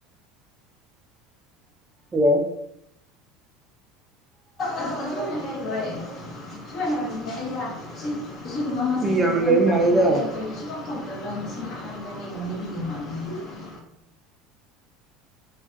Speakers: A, on the right (about 15°); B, on the left (about 45°).
A: ꯍꯜꯂꯣ꯫
B: ꯑꯗꯨ ꯑꯗꯨꯃꯥꯏꯅ ꯍꯥꯏꯔꯣꯏ ꯁꯨꯃꯥꯏꯅ ꯍꯥꯏꯔꯛꯀꯅꯤ ꯑꯩꯅ ꯁꯤ ꯑꯁꯤꯒꯨꯝꯕ ꯃꯁꯛ
A: ꯃꯤ
B: ꯐꯖꯕ
A: ꯌꯥꯝ ꯂꯩ
B: ꯅꯨꯄꯥꯗꯤ
A: ꯃꯥꯜꯂꯦꯗ
B: <unintelligible> <unintelligible>